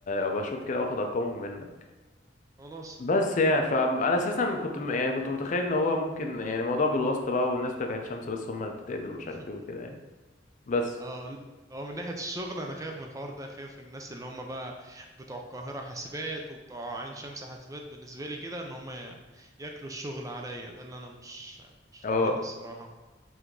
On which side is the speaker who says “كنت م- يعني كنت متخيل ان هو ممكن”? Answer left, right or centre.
Left